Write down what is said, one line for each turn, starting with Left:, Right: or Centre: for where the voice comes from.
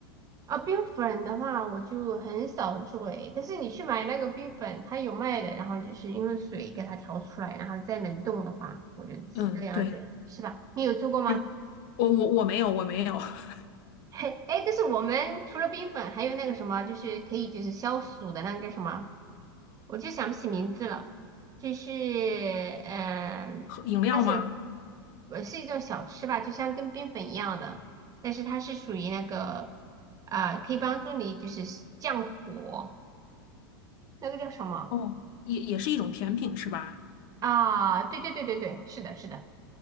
Right: 啊，冰粉的话我就很少做诶，但是你去买那个冰粉，它有卖的，然后就是因为水给它调出来，然后再冷冻的话，我觉得是这样子，
Left: 嗯，对，
Right: 是吧？你有做过吗？
Left: 是我我我没有我没有
Right: <laughs>
Left: <laughs>
Right: 嘿，哎，但是我们除了冰粉，还有那个什么，就是可以就是消暑的那个叫什么，我就想不起名字了，就是嗯、
Left: 喝饮料吗？
Right: 它是呃是一种小吃吧，就像跟冰粉一样的，但是它是属于那个啊、可以帮助你就是降火。那个叫什么
Left: 哦，也也是一种甜品是吧？
Right: 啊？对对对对对，是的，是的，